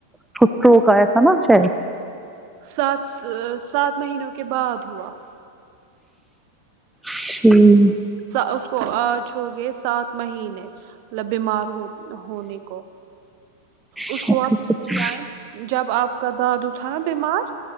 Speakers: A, in the centre; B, on the right.
A: <unintelligible>
B: سات سات مہینوں کے بعد ہوا
A: <unintelligible>
B: سا اس کو آج ہوگئے سات مہینے مطلب بیمار ہو ہونے کو اس
A: اچھا
B: کو
A: اچھا
B: آپ پسلی
A: اچھا
B: چاہیں جب آپ کا دادو تھا نا بیمار